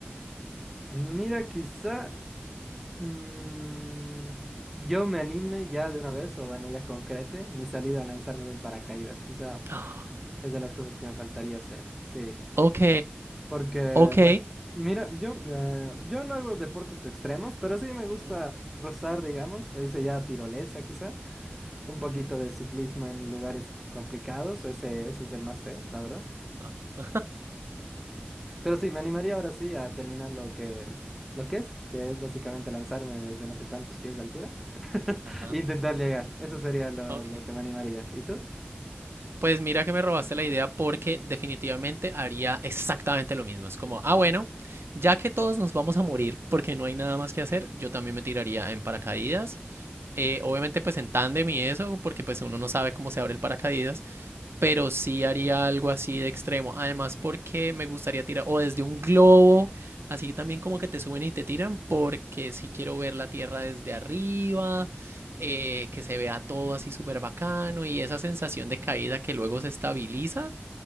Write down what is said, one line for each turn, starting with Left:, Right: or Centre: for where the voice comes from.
Centre: Mira, quizá mm, yo me anime ya de una vez, o bueno, ya concrete mi salida a lanzarme de un paracaídas. Quizá
Right: Ah,
Centre: es de las cosas que me faltaría hacer. Sí.
Right: Ok,
Centre: Porque,
Right: ok.
Centre: bueno, mira, yo, eh, yo no hago deportes extremos, pero sí me gusta
Right: Ujú,
Centre: rozar, digamos. Se dice ya tirolesa, quizá. Un
Right: ujú,
Centre: poquito de ciclismo en lugares complicados. Ese, ese es el más feo, la verdad.
Right: ajá.
Centre: Pero sí, me animaría ahora sí a terminar lo que, lo que es, que es básicamente lanzarme desde no sé cuántos pies de altura <laughs>
Right: Ajá,
Centre: e intentar llegar. Eso sería lo,
Right: ok.
Centre: lo que me animaría. ¿Y tú?
Right: Pues mira que me robaste la idea porque definitivamente haría exactamente lo mismo. Es como, ah, bueno, ya que todos nos vamos a morir porque no hay nada más que hacer, yo también me tiraría en paracaídas. Eh, obviamente pues en tándem y eso, porque pues uno no sabe cómo se abre el paracaídas. pero sí haría algo así de extremo. Además, porque me gustaría tirar, o desde un globo, así también como que te suben y te tiran, porque sí quiero ver la Tierra desde arriba, eh, que se vea todo así súper bacano y esa sensación de caída que luego se estabiliza,